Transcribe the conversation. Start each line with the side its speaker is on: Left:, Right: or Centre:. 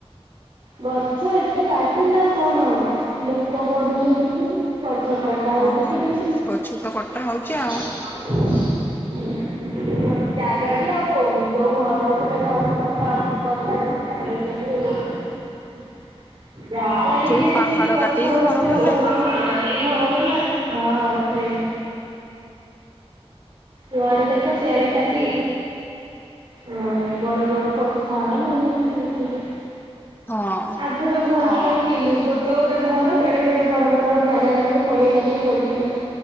Right: ଗଛ ଏତେ କାଟିଲେ ଆଉ କଣ ହବ ଲୋକ ବଢ଼ୁଛନ୍ତି <unintelligible> ଗଛ କଟା ହଉଛି
Left: ହଁ
Right: ସେମିତି।
Left: ଗଛ ତ କଟା ହଉଛି ଆଉ
Right: ଜ-ଜାଗା ବି ଆଉ ହଉନି ଯୋଉ ଘର ଉପରେ ଘର କଠା ଉପରେ କଠା ଯୋଉ ବାଡ଼େଇ ଛନ୍ତି <unintelligible> <unintelligible> ଟିକେ
Left: ସବୁ
Right: ଏମିତି
Left: ପାହାଡ
Right: ଗଛ
Left: କାଟିକି
Right: ବୁର୍ଚ୍ଛ
Left: ଘର କଲେଣି।
Right: ଲଗେଇଲେ <unintelligible> ଦେଇ ଘର କଲଣି ହଁ ସେଇ ଯୁଆଡେ ଦେଖ ସିଆଡେ ଖାଲି ହ ବଡ ବଡ କଛ ମଇ ସବ
Left: ହଁ।
Right: ଆଘର ଘର ଜାକ କିନ୍ତି ଗୋଟେ ଗୋଟେ ଘର କେଡେ କେଡେ ବଡ ବଡ ଜାଗା ଜାଗାରେ ପଡିଆ ଜାଗାରେ ପଡୁଥିଲା।